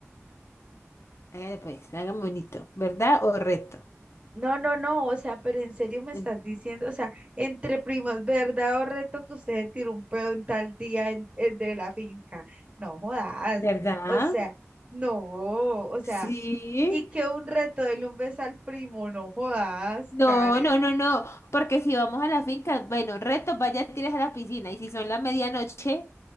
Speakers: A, on the left; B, on the right.
A: hágale pues, hágame bonito, ¿verdad o reto?
B: No, no, no, o sea, pero en serio me estás
A: En-
B: diciendo, o sea, entre primos, verdad o reto que usted se tiró un pedo en tal día en, en de la finca. No jodas,
A: ¿Verdad?
B: o sea, no, o sea,
A: Sí.
B: y que un reto de un beso al primo, no jodas,
A: No,
B: Karen.
A: no, no, no, porque si vamos a la finca, bueno, reto, vaya, tires a la piscina, y si son la medianoche,